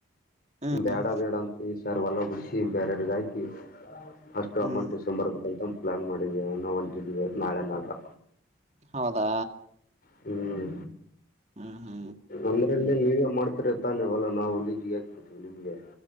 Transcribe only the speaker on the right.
ಹ್ಮ್
ಹ್ಮ್
ಹೌದಾ
ಹ್ಮ ಹಾ